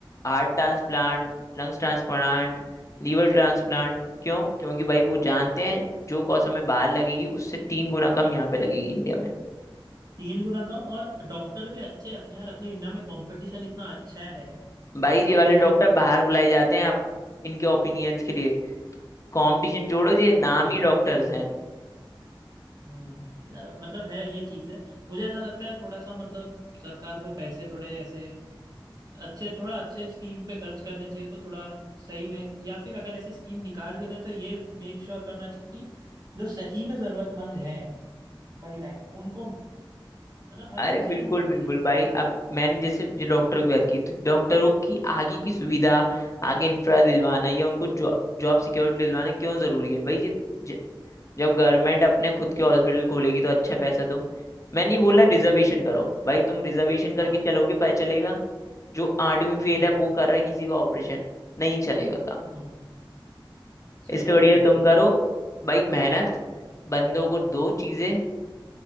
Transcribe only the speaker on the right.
तीन गुना कम और डॉक्टर भी अच्छे हैं अपने यार अपने इंडिया में कंपटीशन इतना अच्छा है
कि
सब क्या
हम्म यार मतलब है ये चीज़ है मुझे ऐसा लगता है यार थोड़ा सा मतलब सरकार को पैसे थोड़े ऐसे अच्छे थोड़ा अच्छे स्कीम पे खर्च करने चाहिए तो थोड़ा सही में या फिर अगर ऐसी स्कीम निकाल भी रहे तो ये मेक श्योर करना चाहिए कि जो सही में जरूरतमंद है महिलाएं उनको मिले मतलब हर
किसी
को ना मिले
सही बात
है
हाँ
हाँ
हम्म
हम्म सही
बात
है